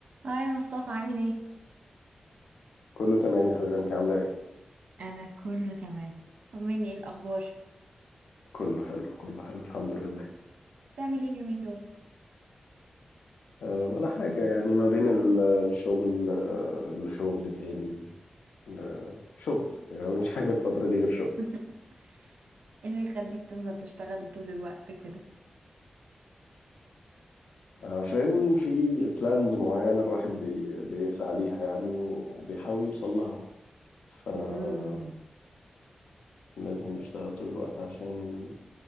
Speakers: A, on the right (about 65°); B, on the left (about 80°).
A: هاي يا مصطفى عامل ايه؟
B: كله تمام يا حبيبي انت عامله ايه
A: انا كله تمام طمني ايه الأخبار؟
B: كله حلو كله حلو الحمد لله
A: بتعمل ايه اليومين دول؟
B: أه ولا حاجه يعني ما بين ال- الشغل أه لشغل تاني لشغل يعني ما بنش حاجه الفتره دي غير شغل
A: <laughs> ايه اللي يخليك تفضل تشتغل طول الوقت كده؟
B: عشان في بلانز معينه الواحد بي بيسعى ليها يعني وبيحاول يوصل لها فلازم
A: مم.
B: لازم نشتغل طول الوقت عشان